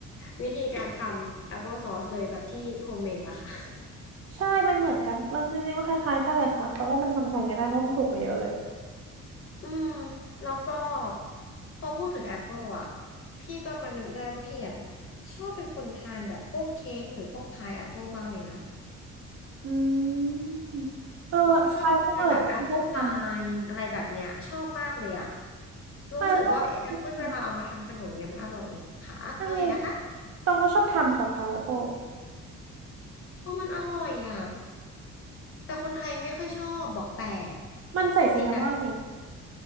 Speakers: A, on the left (about 45°); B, on the right (about 50°).
A: วิธีการทำ Apple Sauce เลยแบบที่โฮมเมดอะค่ะ
B: ใช่มันเหมือนกันมันจริงๆมันคล้ายๆกันเลยค่ะตองว่ามันทำแทนกันได้เพราะมันถูกกว่าเยอะเลย
A: อืมแล้วก็พอพูดถึงแอปเปิลอ่ะพี่ก็มานึกได้ว่าพี่อ่ะชอบเป็นคนทานแบบพวกเค้กหรือพวกพายแอปเปิลมากเลยนะ
B: อืมเออพายก็ตองก็ชอบท
A: อืมชอบทานแบบแอปเปิลพายอะไรแบบเนี้ยชอบมากเลยอ่ะ
B: ำพายก็ตองชอบทำ
A: รู้สึกว่าแอปเปิลเวลาเอามาทำขนมเนี้ยมันอร่อยค่ะว่าไงนะคะ
B: ใช่ตองก็ชอบทำค่ะพายโป
A: เ่าะมันอร่อยอ่ะแต่คนไทยไม่ค่อยชอบบอกแปลก
B: มันใส่ซินนามอนไง
A: จริงๆนะ